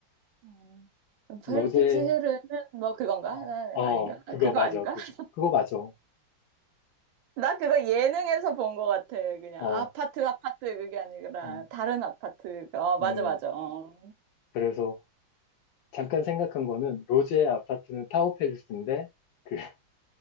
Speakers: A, on the right; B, on the left.
A: 음.
B: 로제
A: 별빛이 흐르는 뭐 그건가?
B: 어,
A: 나-
B: 어
A: 아닌가?
B: 그거
A: 아, 그거
B: 맞아
A: 아닌가?
B: 그거
A: <laughs>
B: 그거 맞아.
A: 나 그거 예능에서 본 것 같아. 그냥
B: 어,
A: 아파트, 아파트 그게 아니라
B: 음,
A: 다른 아파트. 어, 맞아,
B: 음
A: 맞아. 어.
B: 그래서 잠깐 생각한 거는 로제의 아파트는 타워팰리스인데 그 <laughs>